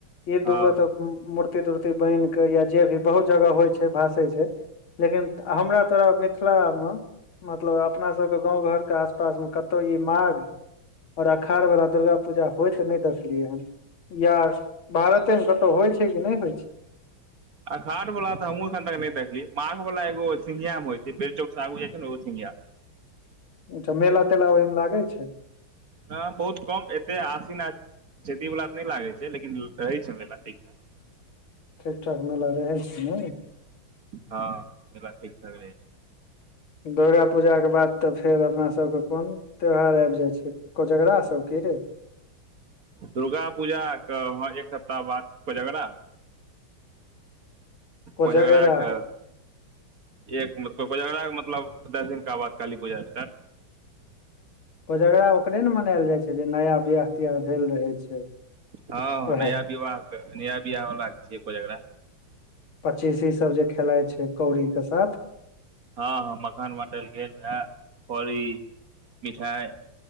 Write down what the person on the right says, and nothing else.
हँ
अखाड़वाला त हमहू एखन तक न देखलियै माघ वाला एगो सिन्घियामे होय छै बेल चौक सँ आगू जाय छै ने ओ सिन्घिया
हँ बहुत कम एते आसिन आ खेती वला त नहि लागै छै लेकिन रहै छै महिला ठीक ठाक
हँ मेला ठीक ठाक रहै छै
दुर्गा पूजा कऽ एक सप्ताह बाद कोजगड़ा
कोजगड़ा के एकब कोजगड़ा मतलब दस दिन के बाद काली पुजा स्टाट
हँ
नया विवाह नया बिवाह बला के छियै कोजगरा
हँ हँ मखान बाँटल गेल वह कौड़ी मिठाई